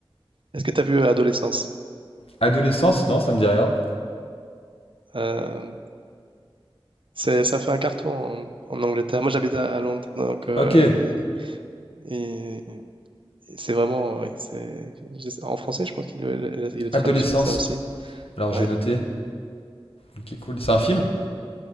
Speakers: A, on the right (about 60°); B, on the left (about 80°).
A: Est-ce que tu as vu euh, Adolescence?
B: Adolescence, non, ça me dit rien.
A: Euh, c'est, ça fait un carton en, en Angleterre. Moi, j'habite à, à Londres. Donc, euh,
B: Ok,
A: et, et c'est vraiment. oui, c'est, je sais- en français, je pense qu'ils le, le- le- ils le traduisent
B: Adolescence.
A: comme ça aussi.
B: Alors,
A: Ouais.
B: je vais noter. Ok, cool. C'est un film?